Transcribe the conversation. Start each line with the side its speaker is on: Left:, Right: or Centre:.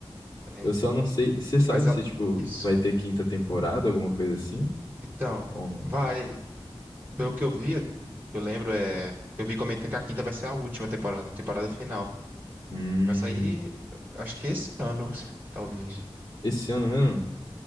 Right: Tem.
Left: Eu só não sei. Você sabe
Right: Mas, ó,
Left: se, tipo,
Right: isso.
Left: vai ter quinta temporada, alguma coisa assim?
Right: Então.
Left: Ou não?
Right: Vai. Pelo que eu vi, eu lembro, é, eu vi comentando que a quinta vai ser a última temporada, a temporada final.
Left: Hum,
Right: Vai sair, acho que esse ano, talvez.
Left: esse ano mesmo?